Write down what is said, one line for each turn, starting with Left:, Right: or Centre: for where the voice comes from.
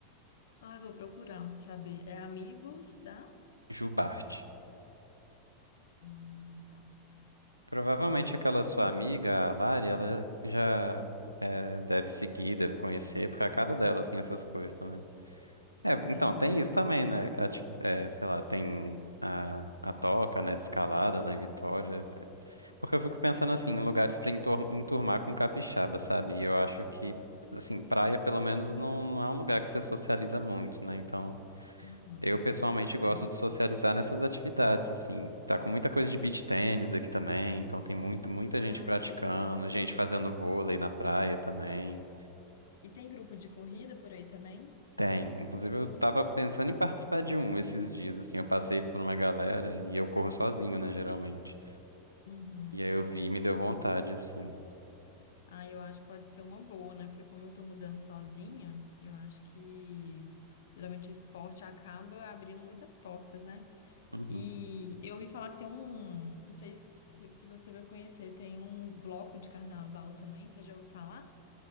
Left: Ah, eu vou procurar, saber. É Amigos da...
Right: Jubarte.
Left: Hum, tá.
Right: Provavelmente aquela sua amiga, a Lari, ela já é, deve seguir, deve conhecer, porque é a cara dela, assim, essas coisas também. É, então,
Left: Ah,
Right: tem
Left: é
Right: isso
Left: mesmo.
Right: também, né? A ti- é, sei lá, tem a, a toca, né, de escalada lá em Vitória. Porque eu fico pensando assim, em lugares pra entor- enturmar com capixaba, sabe? E eu acho que, assim, praia pelo menos não, não é um lugar que você socializa muito, né? Então,
Left: Uhum.
Right: eu pessoalmente
Left: Sim.
Right: gosto de socializar nessas atividades, assim. Tá com muita coisa de beach tênis aqui também, então tem muito, muita
Left: Ah,
Right: gente praticando,
Left: isso é legal.
Right: gente fazendo vôlei na praia também.
Left: E tem grupo de corrida por aí também?
Right: Tem. Inclusive, eu tava pensando em participar de um esses dias, assim. Eu passei por uma galera e eu corro sozinho, né, geralmente.
Left: Uhum.
Right: E aí eu vi e me deu vontade, assim.
Left: Ah, eu acho que pode ser uma boa, né? Porque como eu tô mudando sozinha, eu acho que geralmente esporte acaba abrindo muitas portas, né?
Right: Uhum.
Left: E eu ouvi falar que tem um, não sei se, se você vai conhecer, tem um bloco de carnaval também, você já ouviu falar?